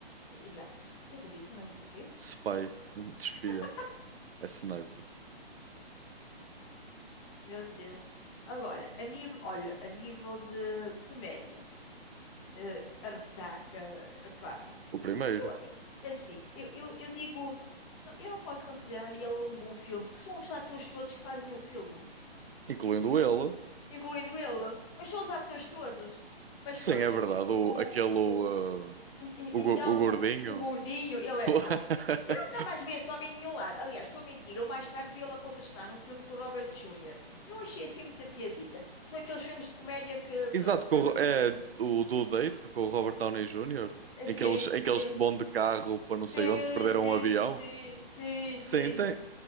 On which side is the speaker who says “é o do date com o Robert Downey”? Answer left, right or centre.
Right